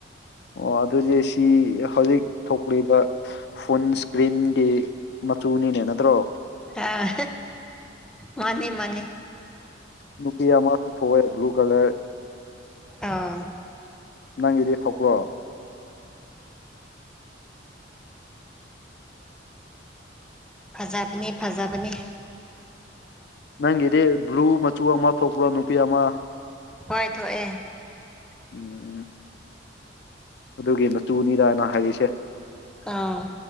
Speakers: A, on the left (about 60°); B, in the centre.
A: ꯑꯣ ꯑꯗꯨꯗꯤ ꯁꯤ ꯍꯧꯖꯤꯛ ꯊꯣꯛꯂꯤꯕ ꯐꯨꯟ ꯏꯁꯀ꯭ꯔꯤꯟꯒꯤ ꯃꯆꯨꯅꯤꯅꯦ ꯅꯠꯇ꯭ꯔꯣ
B: ꯑꯥ ꯃꯥꯅꯤ ꯃꯥꯅꯤ
A: ꯅꯨꯄꯤ ꯑꯃ ꯄꯨ ꯊꯣꯛꯣꯛꯑꯦ ꯕ꯭ꯂꯨ ꯀꯂꯔ
B: ꯑꫭ
A: ꯅꯪꯒꯤꯗꯤ ꯊꯣꯛꯄ꯭ꯔꯣ
B: ꯐꯖꯕꯅꯦ ꯐꯖꯕꯅꯦ
A: ꯅꯪꯒꯤꯗꯤ ꯕ꯭ꯂꯨ ꯃꯆꯨ ꯑꯃ ꯊꯣꯛꯄ꯭ꯔꯣ ꯅꯨꯄꯤ ꯑꯃ
B: ꯍꯣꯏ ꯊꯣꯛꯑꯦ
A: ꯎꯝ ꯑꯗꯨꯒꯤ ꯃꯆꯨꯅꯤꯗ ꯑꯩꯅ ꯍꯥꯏꯔꯤꯁꯦ
B: ꯑꫭ